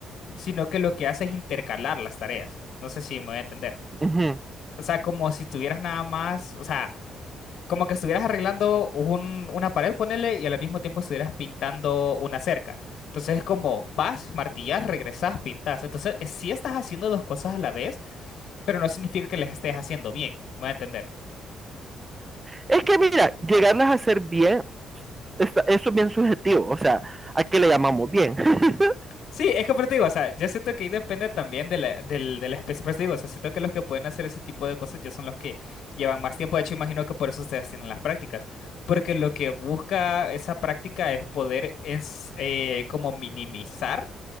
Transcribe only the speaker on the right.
Uh -huh.
Es que mira, llegarlas a hacer bien, está, eso es bien subjetivo, o sea, ¿a qué le llamamos bien? <laughs>